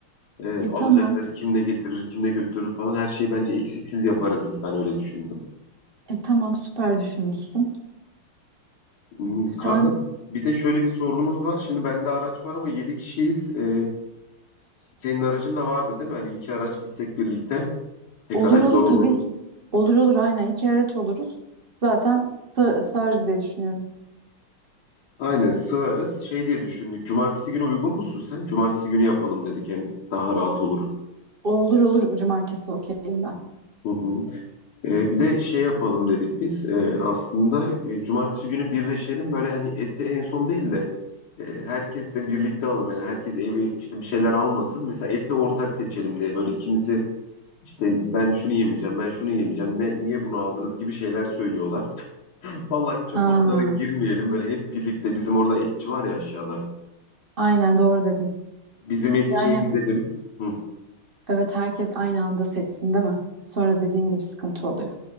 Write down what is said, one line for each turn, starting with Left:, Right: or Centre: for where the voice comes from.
Left: E,
Right: E
Left: alacakları
Right: tamam.
Left: kim ne getirir kim ne götürür falan her şeyi bence eksiksiz yaparız biz ben öyle düşündüm.
Right: E tamam süper düşünmüşsün.
Left: Hmm,
Right: Sen
Left: Kanka bir de şöyle bir sorunumuz var. Şimdi bende araç var ama 7 kişiyiz. E, senin aracın da vardı değil mi? Hani iki araç gitsek birlikte tek
Right: olur
Left: araç
Right: olur
Left: zor olur.
Right: tabii ki. Olur olur aynen iki araç oluruz. Zaten sa- sığarız diye düşünüyorum.
Left: Aynen sığarız. Şey diye düşündük. Cumartesi günü uygun musun sen? Cumartesi günü yapalım dedik. Hem daha rahat olur.
Right: Olur olur cumartesi okeyim ben.
Left: Hı hı. Ee, bir de şey yapalım dedik biz. Ee, aslında e, cumartesi günü birleşelim. Böyle hani eti en son değil de e, herkesle birlikte alalım. Yani herkes evi işte bir şeyler almasın. Mesela eti ortak seçelim diye. Böyle kimisi işte ben şunu yemeyeceğim, ben şunu yemeyeceğim. Ne, niye bunu aldınız gibi şeyler söylüyorlar. Vallahi hiç
Right: Ha,
Left: o toplara girmeyelim. Böyle hep birlikte bizim orada etçi var ya aşağıda.
Right: aynen doğru dedin.
Left: Bizim etçiye
Right: Yani
Left: gidelim. Hı.
Right: Evet herkes aynı anda seçsin değil mi? Sonra dediğin gibi sıkıntı oluyor.